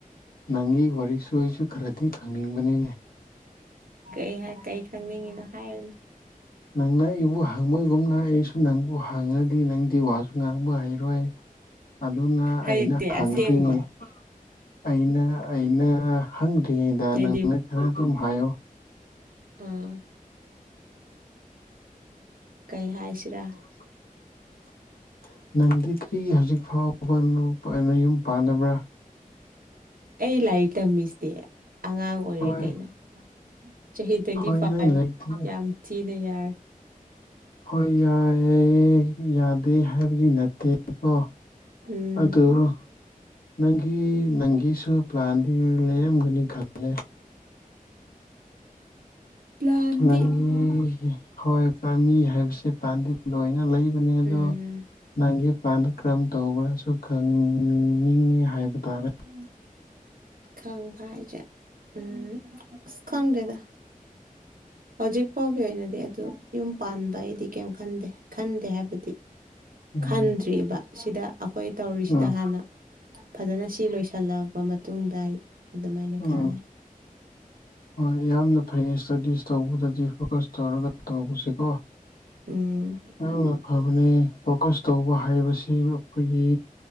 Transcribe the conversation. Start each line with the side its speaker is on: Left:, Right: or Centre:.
Left: ꯅꯪꯒꯤ ꯋꯥꯔꯤꯁꯨ ꯑꯩꯁꯨ ꯈꯔꯗꯤ ꯈꯪꯅꯤꯡꯕꯅꯤꯅꯦ
Right: ꯀꯩ ꯍꯥꯏ ꯀꯩ ꯈꯪꯅꯤꯡꯉꯤꯅꯣ ꯍꯥꯏꯌꯨꯅꯦ
Left: ꯅꯪꯅ ꯑꯩꯕꯨ ꯍꯪꯕꯒꯨꯝꯅ ꯑꯩꯁꯨ ꯅꯪꯕꯨ ꯍꯪꯉꯗꯤ ꯅꯪꯗꯤ ꯋꯥꯁꯨ ꯉꯥꯡꯕ ꯍꯩꯔꯣꯏ ꯑꯗꯨꯅ
Right: ꯍꯩꯇꯦ
Left: ꯑꯩꯅ ꯍꯪꯗ꯭ꯔꯤꯉꯩ
Right: ꯑꯁꯦꯡꯕ
Left: ꯑꯩꯅ ꯑꯩꯅ ꯍꯪꯗ꯭ꯔꯤꯉꯩꯗ
Right: ꯑꯗꯨꯗꯤ
Left: ꯅꯪꯅ ꯈꯔ ꯑꯗꯨꯝ ꯍꯥꯏꯌꯣ
Right: ꯑꯥ ꯀꯩ ꯍꯥꯏꯁꯤꯔꯥ
Left: <inaudible> <inaudible> ꯅꯪꯗꯤ ꯀ꯭ꯔꯤꯒꯤ ꯍꯧꯖꯤꯛ ꯐꯥꯎꯕ ꯅꯨꯄꯥ ꯑꯦ ꯅꯌꯨꯝ ꯄꯥꯟꯗꯕ꯭ꯔꯥ
Right: ꯑꯩ ꯂꯥꯏꯔꯤꯛ ꯇꯝꯃꯤꯁꯤꯗꯤ ꯑꯉꯥꯡ ꯑꯣꯏꯔꯤ
Left: ꯍꯣꯏ
Right: ꯀꯩꯅꯣ ꯆꯍꯤ ꯇ꯭ꯋꯦꯟꯇꯤ
Left: ꯍꯣꯏ
Right: ꯐꯥꯏꯚ
Left: ꯅꯪ ꯂꯥꯏꯔꯤꯛꯇꯤ
Right: ꯌꯥꯝ ꯊꯤꯅ ꯌꯥꯔꯦ
Left: ꯍꯣꯏ ꯌꯥꯏꯌꯦ ꯌꯥꯗꯦ ꯍꯥꯏꯕꯗꯤ ꯅꯠꯇꯦꯀꯣ
Right: ꯎꯝ
Left: ꯑꯗꯨꯔꯣ ꯅꯪꯒꯤ ꯅꯪꯒꯤꯁꯨ ꯄ꯭ꯂꯥꯟꯗꯤ ꯂꯩꯔꯝꯒꯅꯤ ꯈꯜꯂꯦ
Right: ꯄ꯭ꯂꯥꯟꯗꯤ
Left: ꯅꯪꯒꯤ ꯍꯣꯏ ꯆꯥꯅꯤ ꯍꯥꯏꯕꯁꯦ ꯄ꯭ꯂꯥꯟꯗꯤ ꯂꯣꯏꯅ ꯂꯩꯕꯅꯦ ꯑꯗꯣ
Right: ꯎꯝ
Left: ꯅꯪꯒꯤ ꯄ꯭ꯂꯥꯟꯗ ꯀꯔꯝ ꯇꯧꯕ꯭ꯔꯥꯁꯨ ꯈꯪꯅꯤꯡꯉꯤ ꯍꯥꯏꯕ ꯇꯥꯔꯦ
Right: ꯎꯝ ꯈꯪꯕ ꯍꯥꯏꯖꯦ ꯎꯝ ꯑꯁ ꯈꯡꯗꯦꯗꯥ ꯍꯧꯖꯤꯛ ꯐꯥꯎꯒꯤ ꯑꯣꯏꯅꯗꯤ ꯑꯗꯨ ꯌꯨꯝ ꯄꯥꯟꯕꯩꯗꯤ ꯀꯩꯝ ꯈꯟꯗꯦ ꯈꯟꯗꯦ ꯍꯥꯏꯕꯗꯤ
Left: ꯎꯝ
Right: ꯈꯟꯗ꯭ꯔꯤꯕ ꯁꯤꯗ ꯑꯈꯣꯏ ꯇꯧꯔꯤꯁꯤꯗ
Left: ꯎꯝ
Right: ꯍꯥꯟꯅ ꯐꯖꯅ ꯁꯤ ꯂꯣꯏꯁꯜꯂꯕ ꯃꯇꯨꯡꯗ ꯑꯩ ꯑꯗꯨꯃꯥꯏꯅ
Left: ꯎꯝ
Right: ꯈꯜꯂꯦ
Left: ꯍꯣꯏ ꯌꯥꯝꯅ ꯐꯩꯌꯦ ꯁ꯭ꯇꯗꯤꯁ ꯇꯧꯕꯗꯗꯤ ꯐꯣꯀꯁ ꯇꯧꯔꯒ ꯇꯧꯕꯁꯤꯀꯣ
Right: ꯎꯝ
Left: ꯑꯗꯨꯅ ꯐꯕꯅꯦ ꯐꯣꯀꯁ ꯇꯧꯕ ꯍꯥꯏꯕꯁꯤ ꯑꯩꯈꯣꯏꯒꯤ